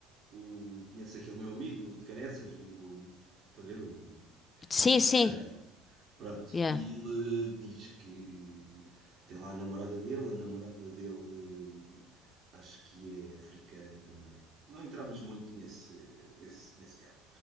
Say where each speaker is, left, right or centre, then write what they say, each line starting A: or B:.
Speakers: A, on the right; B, on the left.
A: o. Conheço aquele meu amigo de Caneças, o. Estás a ver? O
B: Sim, sim.
A: Passarela. Pronto,
B: Yeah.
A: ele diz que tem lá a namorada dele, a namorada dele eh, acho que é africana também. Não entramos muito nesse, nesse, nesse campo.